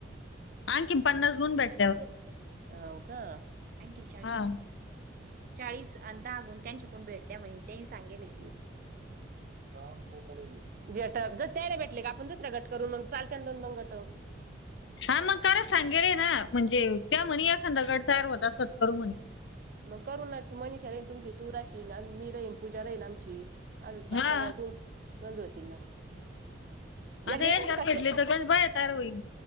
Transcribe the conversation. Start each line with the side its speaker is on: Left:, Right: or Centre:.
Left: आणंखीन पन्नास गुण भेट
Right: हो का आणखीन चाळीस
Left: हा
Right: चाळीस अंदा आगून त्यांच्याकून भेटत्या म त्यांनी सांगेले. भेट ज त्याला भेटले का आपण दुसरा गट करू मग चालत्याल दोन दोन गट
Left: हा मग कार सांगेल आहे ना म्हणजे त्या म्हणी एखादा गट तयार होत असेल तर करू म्हणी
Right: मग करू ना तू मनीषा राहीन तुमची तू राशीन मी राहीन पूजा राहीन आमची अजून पाच
Left: हा
Right: सहा बायका पण गंज होतीन ना
Left: आता
Right: एकदा यांचं
Left: हेच जर का
Right: सक्सेस
Left: भेटले तर गंज बाया तयार होतील